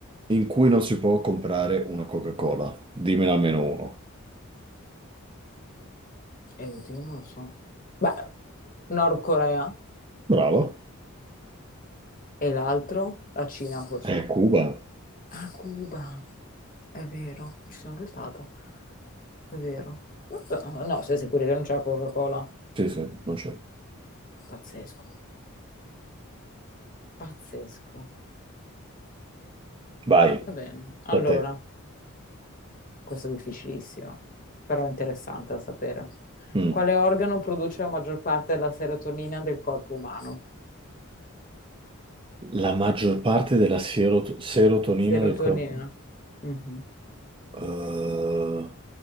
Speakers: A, on the right; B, on the left.
A: in cui non si può comprare una Coca-Cola. Dimmene almeno uno.
B: Eh, oddio, non lo so. Beh, Nord Corea
A: Bravo.
B: e l'altro, la Cina, forse?
A: È Cuba.
B: A Cuba, è vero, ci sono anche stata, è vero. No, no, no, sei sicuri che non c'è la Coca-Cola?
A: Sì, sì, non c'è.
B: Pazzesco. Pazzesco.
A: Vai,
B: Va bene. Allora,
A: da te.
B: questo è difficilissimo, però è interessante da sapere.
A: Mm.
B: Quale organo produce la maggior parte della serotonina del corpo umano?
A: La maggior parte della serot- serotonina
B: Serotonina.
A: del corpo.
B: Mhm.
A: Eh,